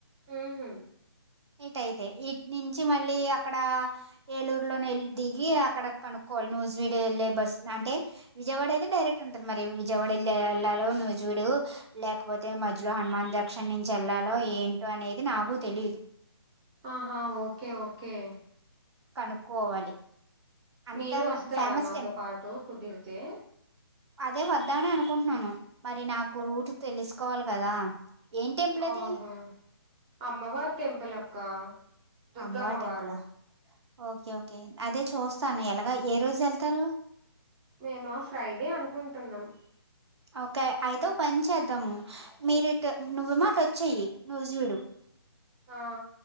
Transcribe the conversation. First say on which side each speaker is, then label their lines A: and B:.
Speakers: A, on the right; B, on the right.
A: ఊహు
B: ఇటయితే ఇటు నుంచి మళ్ళీ అక్కడ ఏలూరులో దిగి అక్కడ కనుక్కోవాలి నోజీడి వెళ్లే బస్ అంటే విజయవాడ అయితే డైరెక్ట్ ఉ అ మరి విజయవాడ ఎలా వెళ్ళాలో ను జూడు వ లేకపోతే మధ్యలో హనుమాన్ దక్షిణ నుంచి వెళ్ళాల లో ఏంటో అనేది నాకు తెలీదు
A: ఆహా ఓకే ఓకే
B: కనుక్కోవాలి అంత
A: మీరు వస్తారా
B: ఫేమస్
A: మాతో
B: టెంపుల్
A: పాటు కుదిరితే
B: అదే వద్దామని అనుకుంటున్నాను మరి నాకు రూట్ తెలుసుకోవాలి కదా ఏం టెంపుల్ అది
A: ఆహ అమ్మవారి టెంపుల్ అక్క దుర్గమ్మవారు
B: అమ్మవారి టెంపుల ఓకే ఓకే అదే చూస్తాను ఎలాగ ఏ రోజు వెళ్తారు
A: మేమ ఫ్రైడే అనుకుంటున్నాం
B: ఓకే అయితే ఓ పని చేద్దాము మీరు ఇటు నువ్వు ఏమో అటు వచ్చేయి నువ్వు చూడు
A: ఆ